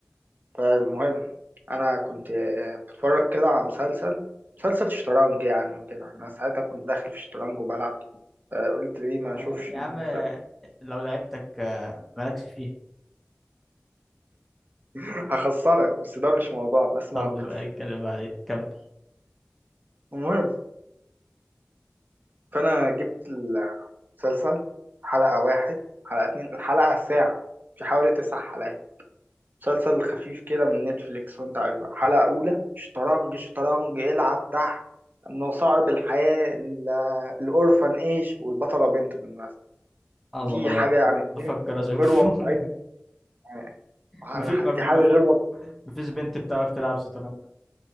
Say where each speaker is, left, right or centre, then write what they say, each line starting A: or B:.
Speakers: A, on the right (about 45°); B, in the centre.
A: فالمهم انا كنت آه، بتفرج كده على مسلسل مسلسل شطرنج يعني وكده انا ساعتها كنت داخل في شطرنج وبلعب كتير فقلت ليه ما
B: آه،
A: اشوفش
B: يا
A: المسلسل
B: عم آه، لو لعبتك آه، مالكش فيها
A: <laughs> هخسرك بس ده مش موضوع اسمع
B: طب
A: القصه
B: نبقى نتكلم بعدين كمل
A: المهم فانا جبت مسلسل حلقة واحد حلقة اتنين الحلقة ساعة في حوالي تسع حلقات مسلسل خفيف كده من نتفليكس وانت عارف بقى حلقة أولى شطرنج شطرنج العب دح مصاعب الحياة ال- الأورفن إيج والبطلة بنت بالمناسبة
B: عظمة
A: ودي حاجة
B: ده
A: يعني
B: بفكر
A: إيه؟
B: اشوفه
A: غير واقعية
B: <laughs>
A: يعني ح-
B: مفيش مف-
A: دي حاجة
B: مف-
A: غير واقعية
B: مفيش بنت بتعرف تلعب شطرنج